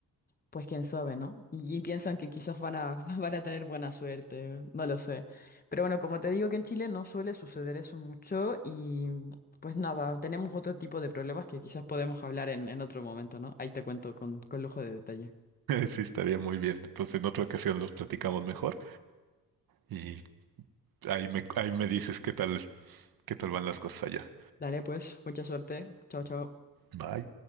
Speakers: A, on the left; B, on the right.
A: Pues quién sabe, ¿no? Y, y piensan que quizás van a, <laughs> van a tener buena suerte, no lo sé. Pero bueno, como te digo que en Chile no suele suceder eso mucho y pues nada, tenemos otro tipo de problemas que quizás podemos hablar en, en otro momento, ¿no? Ahí te cuento con, con lujo de detalle.
B: <laughs> Sí, estaría muy bien. Entonces, en otra ocasión los platicamos mejor y ahí me, ahí me dices qué tal, qué tal van las cosas allá.
A: Dale, pues, mucha suerte. Chao, chao.
B: Bye.